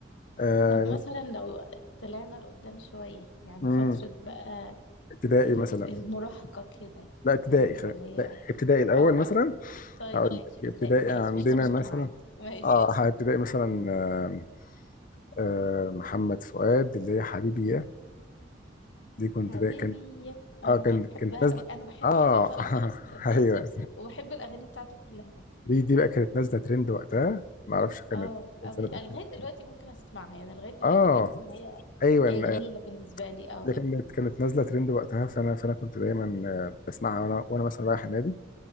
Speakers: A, on the left (about 45°); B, on the left (about 80°).
A: آه...
B: طب مثلا لو طلعنا لقدام شويه يعني
A: مم،
B: فتره بقى
A: ابتدائي
B: ال-
A: مثلا
B: المراهقة كده
A: لا ابتدائي
B: فاهم
A: خلينا
B: اللي هي
A: لا ابتدائي الاول
B: اه
A: اه مثلا
B: طيب
A: هقول
B: ماشي
A: اه لك
B: ابتدائي
A: ابتدائي
B: ماشي
A: ماشي عندنا
B: مش هنط
A: بصراحة مثلا
B: معاك ماشي
A: اه اه ابتدائي مثلا آه، آه، محمد فؤاد اللي هي حبيبي دي كنت
B: حبيبي
A: دا كان
B: اه
A: اه اه كان
B: بحبها
A: كانت نازله
B: قوي انا بحب
A: اه
B: الفيلم اصلا
A: <laughs>
B: ذات
A: ايوه
B: نفسه وبحب الاغاني بتاعته كلها
A: دي دي بقى كانت نازله ترند وقتها ما اعرفش كانت
B: اه
A: كانت
B: قوي
A: سنه 2000
B: لغاية دلوقتي ممكن اسمعها يعني لغاية دلوقتي
A: اه
B: بحس ان هي
A: ايوه
B: هي
A: آه،
B: جميلة بالنسبة لي اه
A: دي كانت كانت نازله ترند وقتها فانا فانا كنت دايما آه، بسمعها وانا وانا مثلا رايح النادي